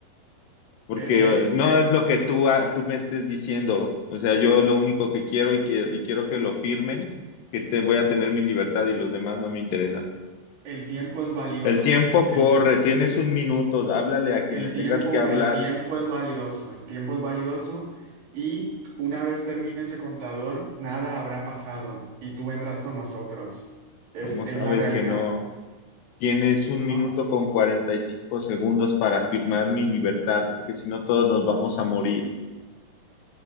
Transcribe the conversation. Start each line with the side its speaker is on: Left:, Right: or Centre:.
Left: porque
Right: Ve- ¿Ves?
Left: eh, no
Right: Te-
Left: es lo que tú, ha- tú me estés diciendo. O sea, yo lo único que quiero y, que, y quiero que lo firmen, que te voy a tener mi libertad y los demás no me interesan.
Right: el tiempo es valioso.
Left: El tiempo
Right: El,
Left: corre, tienes un minuto, háblale a quien
Right: el
Left: le tengas
Right: tiempo,
Left: que hablar,
Right: el tiempo es valioso. El tiempo es valioso y una vez termine ese contador, nada habrá pasado y tú vendrás con nosotros. Es,
Left: como
Right: es
Left: sabes
Right: la realidad,
Left: que no. Tienes un
Right: ¿no?
Left: minuto con 45 segundos para firmar mi libertad, porque si no todos nos vamos a morir.